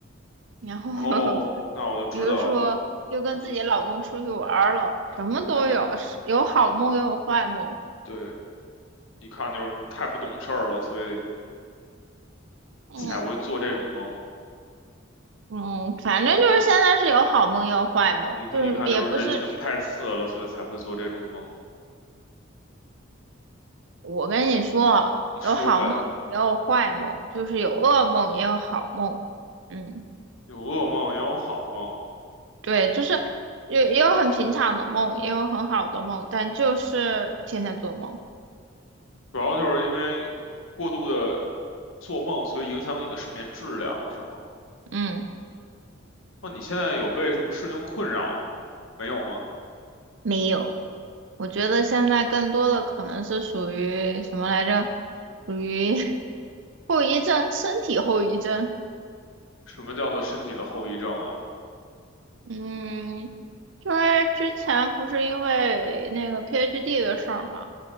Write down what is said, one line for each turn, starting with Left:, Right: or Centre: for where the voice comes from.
Right: 然后 <laughs>
Left: 哦，那我就知道了。
Right: 比如说又跟自己老公出去玩儿了，
Left: 那你这
Right: 什么都有，
Left: 那你
Right: 是有好梦也有坏梦，
Left: 对，一看就是太不懂事儿了，所以
Right: 嗯
Left: 才会做这种梦。
Right: 嗯，反正就是现在是有好梦也有坏梦，
Left: 一看一看就是人性太次了，
Right: 就是也不是
Left: 所以才会做这种梦。
Right: 我跟你说，
Left: 你说呗，
Right: 有好梦也有坏梦，就是有噩梦也有好梦。嗯，
Left: 有噩梦也有好梦，
Right: 对，就是也也有很平常的梦，也有很好的梦，但就是天天做梦。
Left: 主要就是因为过度的做梦，所以影响你的睡眠质量，是吗？
Right: 嗯，
Left: 那你现在有被什么事情困扰吗？没有吗？
Right: 没有。我觉得现在更多的可能是属于什么来着？属于 <laughs> 后遗症，身体后遗症。
Left: 什么叫做身体的后遗症啊？
Right: 嗯，就是之前不是因为那个 PhD 的事儿嘛，